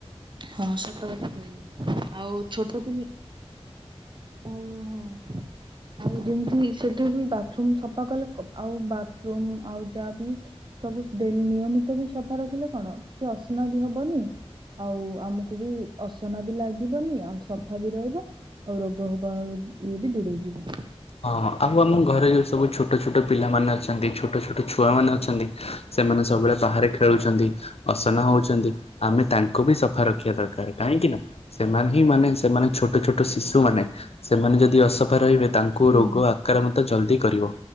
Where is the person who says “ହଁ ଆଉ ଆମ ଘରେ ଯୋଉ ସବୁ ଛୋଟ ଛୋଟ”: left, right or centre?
Left